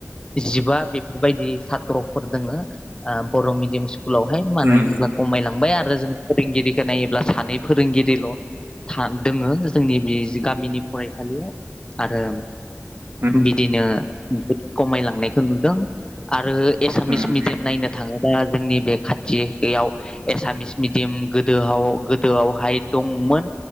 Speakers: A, on the left (about 20°); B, on the right (about 60°).
A: जिबा बेफोरबायदि सात्र'फोर दोङो आ बर' मिडियाम सि स्कुलावहाय मानो
B: उम
A: होनल्बा खमायलांबाय आरो जों फोरोंगिरिखौ नायोब्ला सानै फोरोंगिरिल' था दोङो जोंनि बे गामिनि फरायसालियाव। आरो
B: उम
A: बिदिनो बहुद खमायलांनायखौ नुदों। आरो एसामिस
B: उम
A: मिडियाम नायनो थाङो बा जोंनि बे खाथियाव एसामिस मिडियाम गोदोआव गोदोआवहाय दं मोन